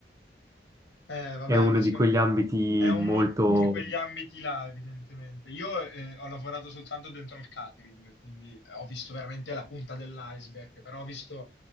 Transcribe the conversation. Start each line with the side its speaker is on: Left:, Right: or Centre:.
Left: Eh, vabbè,
Right: È uno
Left: ma
Right: di
Left: secondo...
Right: quegli ambiti
Left: è uno
Right: molto
Left: di quegli ambiti là, evidentemente. Io eh, ho lavorato soltanto dentro il catering, quindi eh, ho visto veramente la punta dell'iceberg, però ho visto